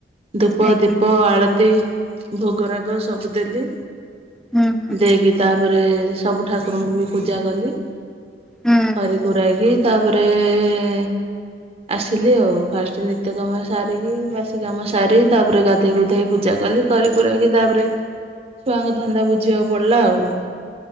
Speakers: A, on the right; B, in the centre.
A: ଧୂପ
B: ଆଜ୍ଞା।
A: ଦୀପ ଆଳତି ଭୋଗ ରାଗ ସବୁ ଦେଲି
B: ହୁଁ ହୁଁ
A: ଦେଇକି ତାପରେ ସବୁ ଠାକୁରଙ୍କୁ ବି ପୂଜା କଲି
B: ହୁଁ।
A: କରିକୁରା କି ତାପରେ ଏଇ ଆସିଲି ଆଉ ଫାଷ୍ଟ ନିତ୍ୟ କାମ ସାରିକି ବାସି କାମ ସାରି ତାପରେ ଗାଧେଇ ଗୁଧା କି ଇ ପୂଜା କଲି କରିକୁକି ତାପରେ ଛୁଆଙ୍କ ଧନ୍ଦା ବୁଝିବାକୁ ପଡିଲା ଆଉ।